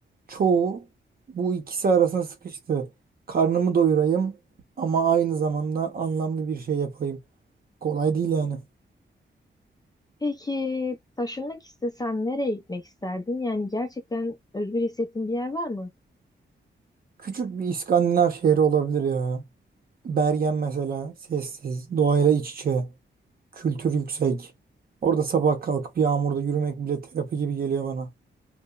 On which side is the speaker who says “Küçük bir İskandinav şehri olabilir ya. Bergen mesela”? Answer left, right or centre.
Right